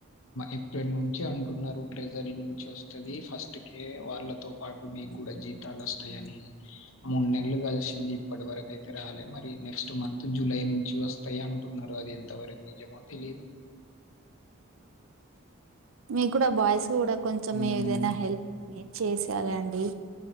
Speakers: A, on the left; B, on the right.
A: ఏప్రిల్ నుంచి అంటున్నారు ట్రెజరీ నుంచి వస్త ఫస్ట్ కేే వాళ్ళతో పాటు మీకు కూడా జీతాలు వస్తాయని మూడు నెలలు కలిసింది ఇప్పటి వరకు అయితే రాలే మరి నెక్స్ట్ మంత్ జులై నుంచి వస్తాయి అంటు న్నారు అది ఎంతవరకు నిజమో తెలిదు
B: మీ కూడా బాయ్స్ కూడా కొంచం
A: హ్మ్.
B: ఏదైనా హెల్ప్ చేసాలండి